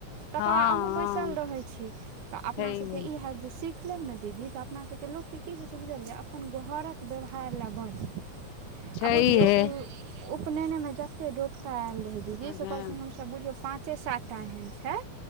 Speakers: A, on the right (about 75°); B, on the left (about 85°).
A: तकर
B: हँ
A: बाद अहुॅं
B: हँ
A: बै सल रहे छी तऽ अपना
B: छैहे
A: सबके ई हाएत जे सिख लेब ने दीदी तऽ अपना सबके लोक के की होय छै बुझलिये अपन घरक व्यवहार लए बढ़ै।
B: छैहे
A: आ बुझियौ उ उपनैने में जैते डोफता आएल रहै दीदी
B: हँ
A: से कहलकिन हम सब बुझियो पाँचे सातटा एहन छै